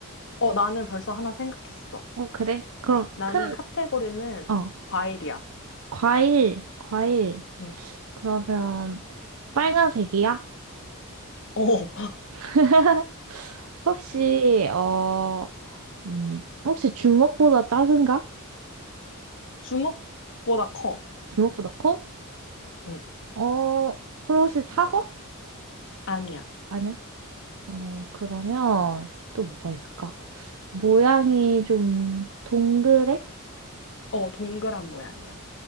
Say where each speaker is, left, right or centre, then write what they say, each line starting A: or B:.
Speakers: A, on the left; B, on the right.
A: 어, 나는 벌써 하나 생각했어.
B: 어, 그래? 그럼
A: 나는
B: 큰,
A: 카테고리는
B: 어,
A: 과일이야.
B: 과일, 과일.
A: 응.
B: 그러면 빨간색이야?
A: 어, <laughs>
B: <laughs> 혹시, 어, 음, 혹시 주먹보다 작은가?
A: 주먹보다 커.
B: 주먹보다 커?
A: 응.
B: 어, 그럼 혹시 사과?
A: 아니야.
B: 아니야. 어, 그러면 또 뭐가 있을까? 모양이 좀 동그래?
A: 어, 동그란 모양이야.